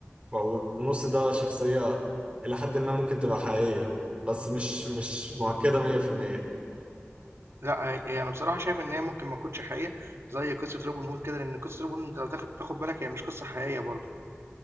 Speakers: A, on the right (about 25°); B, on the right (about 70°).
A: فالنص ده شخصيه الى حد ما ممكن تبقى حقيقيه بس مش مش مؤكده 100%
B: لأ، هي هي أنا بصراحة شايف إن هي ممكن ما تكونش حقيقية زي قصّة روبن هود كده، لإن قصّة روبن هود أنت لو تاخ تاخُد بالك هي مش قصّة حقيقية برضه.